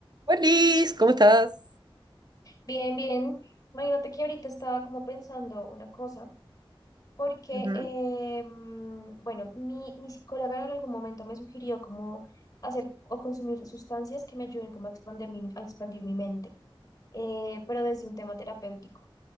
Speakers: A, on the right; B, on the left.
A: Buenis, ¿cómo estás?
B: Bien, bien. Imagínate que ahorita estaba como pensando una cosa, porque,
A: Ujú.
B: eh, mm, bueno, mi, mi psicóloga en algún momento me sugirió como hacer o consumir sustancias que me ayuden como a expandir mi, a expandir mi mente, eh, pero desde un tema terapéutico,